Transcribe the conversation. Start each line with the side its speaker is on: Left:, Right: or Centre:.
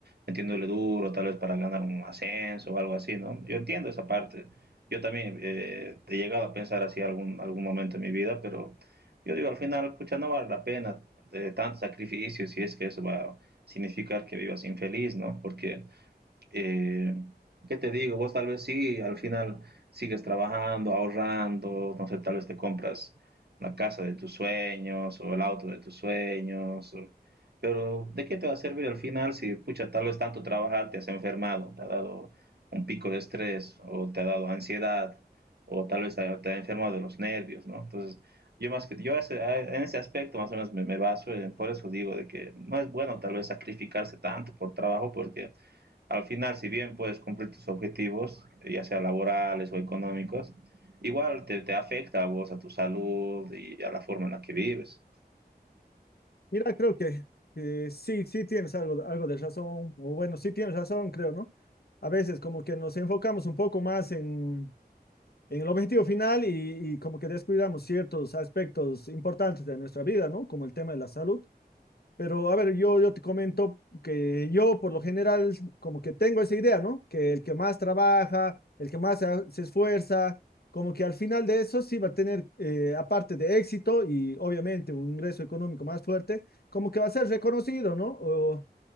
Right: metiéndole duro, tal vez para ganar un ascenso o algo así, ¿no? Yo entiendo esa parte. Yo también eh, he llegado a pensar así algún, algún momento en mi vida, pero yo digo, al final, pucha, no vale la pena de tanto sacrificio si es que eso va a significar que vivas infeliz, ¿no? Porque eh, ¿qué te digo? Vos tal vez sí, al final sigues trabajando, ahorrando, no sé, tal vez te compras la casa de tus sueños o el auto de tus sueños, o- pero ¿de qué te va a servir al final si, pucha, tal vez tanto trabajar te has enfermado, te ha dado un pico de estrés o te ha dado ansiedad o tal vez te, te ha enfermado de los nervios, ¿no? Entonces, yo más que yo ese- en ese aspecto más o menos me, me baso, en- por eso digo de que no es bueno tal vez sacrificarse tanto por trabajo porque al final, si bien puedes cumplir tus objetivos, ya sea laborales o económicos, igual te, te afecta a vos, a tu salud y a la forma en la que vives.
Left: Mira, creo que eh, sí, sí tienes algo, algo de razón, o bueno, sí tienes razón, creo, ¿no? A veces como que nos enfocamos un poco más en, en el objetivo final y, y como que descuidamos ciertos aspectos importantes de nuestra vida, ¿no? Como el tema de la salud. Pero a ver, yo, yo te comento que yo por lo general como que tengo esa idea, ¿no? Que el que más trabaja, el que más se, se esfuerza, como que al final de eso sí va a tener, eh, aparte de éxito y obviamente un ingreso económico más fuerte, como que va a ser reconocido, ¿no? O